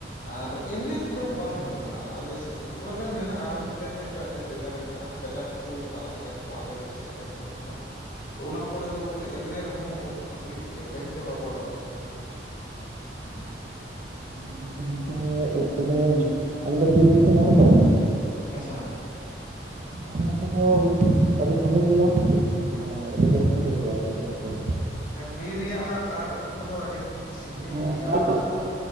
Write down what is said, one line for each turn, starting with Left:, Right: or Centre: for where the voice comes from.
Left: ᱟᱨ ᱮᱢᱱᱤ ᱛᱮᱫᱚ ᱵᱟᱝ ᱦᱩᱭᱩᱜᱼᱟ ᱟᱞᱮ ᱥᱮᱫ ᱫᱚ ᱛᱷᱚᱲᱟ ᱜᱟᱱ ᱢᱮᱱᱟᱜᱼᱟ ᱢᱤᱫᱴᱮᱱ ᱮᱴᱟᱜ ᱧᱚᱜ ᱡᱟᱜᱟ ᱨᱮ ᱢᱮᱱᱟᱜᱼᱟ, ᱠᱟᱡᱟᱠ ᱠᱩ ᱪᱟᱞᱟᱜ ᱜᱮᱭᱟ ᱠᱚ ᱟᱞᱮ ᱠᱚ ᱥᱮᱫ ᱨᱮᱱ ᱩᱫ ᱦᱟᱞᱟᱝ
Right: <unintelligible>
Left: ᱛᱚ ᱚᱱᱟ ᱠᱚᱨᱮ ᱫᱚ ᱵᱚᱞᱮ ᱮᱢᱱᱮ ᱨᱮᱦᱚᱸ ᱩᱫ ᱦᱩᱭᱩᱜ ᱜᱮᱭᱟ ᱵᱟᱹᱧ ᱪᱟᱞᱟᱣ ᱵᱟᱲᱟ ᱠᱟᱱᱟ ᱤᱧ ᱫᱚ,
Right: <unintelligible> <unintelligible> ᱩᱫ ᱠᱚᱫᱚ ᱟᱞᱮ ᱫᱚ ᱵᱤᱨ ᱫᱤᱥᱚᱢ ᱦᱚᱲ ᱛᱚ
Left: ᱟᱪᱪᱷᱟ
Right: ᱟᱞᱮ ᱱᱚᱛᱮ ᱫᱚ ᱟᱹᱰᱤ ᱥᱟᱜᱮ ᱜᱮᱭᱟ ᱢᱟᱱᱮ ᱟᱹᱰᱤ ᱡᱟᱹᱥᱛᱤ ᱜᱮ ᱦᱩᱭᱩᱜᱼᱟ ᱟᱨᱠᱤ ᱩᱫ ᱠᱚᱫᱚ
Left: ᱦᱮᱸ ᱵᱤᱨ ᱨᱮᱭᱟᱜ ᱚᱱᱟ ᱠᱟᱴ ᱩᱫ ᱠᱚᱫᱚ ᱟᱹᱰᱤ ᱥᱤᱵᱤᱞ
Right: ᱦᱮᱸ
Left: ᱜᱮᱭᱟ
Right: ᱠᱟᱴ
Left: ᱟᱨ,
Right: ᱩᱫ ᱠᱚ